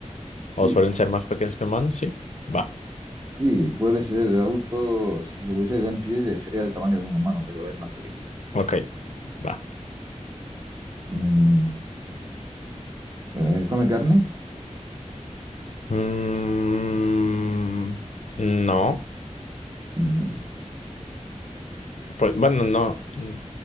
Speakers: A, on the left; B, on the right.
A: O
B: Sí,
A: suelen ser más pequeños que humanos, sí. Va,
B: sí, puede ser de adulto. Si se pusiera en pie, sería del tamaño de un humano, pero es más pequeño.
A: ok, va.
B: Mm, eh, ¿come carne?
A: Mm, no,
B: Ujú,
A: pues bueno, no. mm,